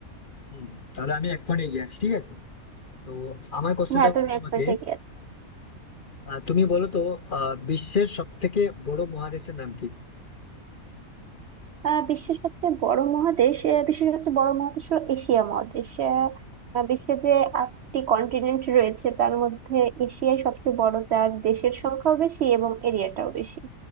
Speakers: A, on the left; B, on the right.
A: হুম, তাহলে আমি এক পয়েন্ট এগিয়ে আছি ঠিক আছে তো আমার কোশ্চেনটা
B: হ্যাঁ
A: হচ্ছে
B: তুমি
A: তোমাকে
B: এক পয়েন্ট এগিয়ে আছো।
A: আহ, তুমি বলো তো আহ, বিশ্বের সব থেকে বড় মহাদেশের নাম কি
B: আহ বিশ্বের সবচেয়ে বড় মহাদেশ আহ, বিশ্বের সবচেয়ে বড় মহাদেশ হলো এশিয়া মহাদেশ আহ, আহ, বিশ্বে যে আটটি কন্টিনেন্ট রয়েছে তার মধ্যে এশিয়াই সবচেয়ে বড় যার দেশের সংখ্যাও বেশি এবং এরিয়াটাও বেশি